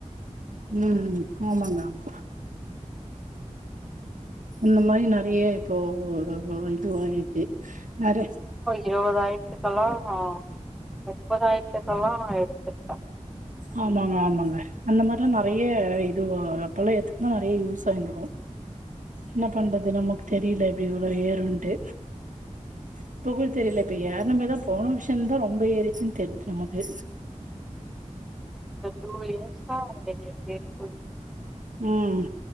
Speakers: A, on the right; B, in the centre.
A: ம் ம் ஆமாங்க ஆமா அந்த மாரி நெறைய இப்போ இது ஓடிருச்சு வேற
B: இருவதாயரத்துக்கெல்லா ஆ எ முப்பதாயரத்துக்கெல்லா எடு த்துருக்கலா
A: ஆமாங்க ஆமாங்க. அந்த மாரில்லா நெறைய இது அப்போல்லா எட்த்துருந்தா நெறைய யூஸ் ஆயிருந்திருக்கு என்ன பண்றது நமக்கு தெரியல இப்டி இவ்ளோ ஏறுன்ட்டு இப்பவு தெரில இப்ப ஏறுன பிறகுதா போன வர்ஷந்தா ரொம்ப ஏறிருச்சுன்னு தெர்து நமக்கு
B: இந்த டூ இயர்ஸா <inaudible>
A: ம்